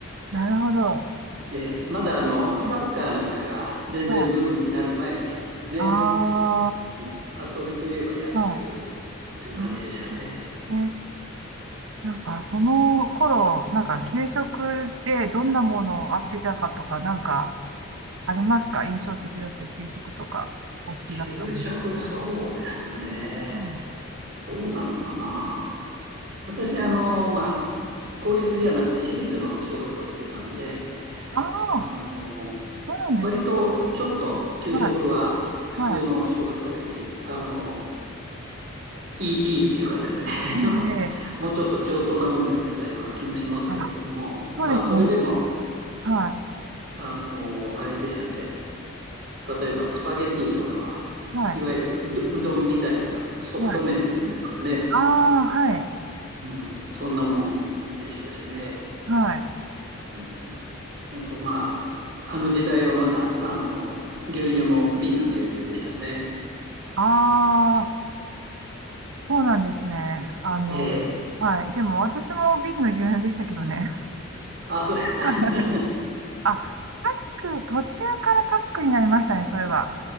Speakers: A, on the right; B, on the right.
A: なるほど。
B: ええ、まだあのサッカーなんかが全然ブームになる前でしたからね、
A: うんはい。あ
B: うん、遊びといえば野球
A: あ、は
B: という感じでしたね。
A: い。ね、ねなんかその頃、なんか給食でどんなものをあってたかとか、なんかありますか印象的だった給食とか、お好きだったもの。
B: 給食、そうですね。
A: うん。
B: どうなのかな。私、あの、まあ、公立じゃなくて私立の小学校行ってたんで、
A: ああ、
B: あの、
A: そうなんです。
B: 割とちょっと給食は普通の小学校より、
A: はい。はい。
B: あの、いい、いいっていうかですね
A: ねえ、
B: <laughs> もうちょっと上等なもんが出てたような気もしますけれども、
A: あら、そうですよね。
B: まあ、それでも、
A: は
B: あの、あれでしたね。例えばスパゲティとかは、
A: い。はい。
B: いわゆるうど、うどんみたいなソフト麺っていうんですかね。
A: はい。ああ、はい、
B: うん、そんなもんでしたしね。
A: はい。
B: うんうんと、まあ、あの時代はまだ、あの、牛乳も瓶の牛乳でしたね。
A: ああー、そうなんですね。あの、
B: ええ。
A: はい。でも私も瓶の牛乳でしたけどね。
B: あ、そうですか。
A: <laughs> はい
B: <laughs>
A: あ、パック、途中からパックになりましたね、そういえば。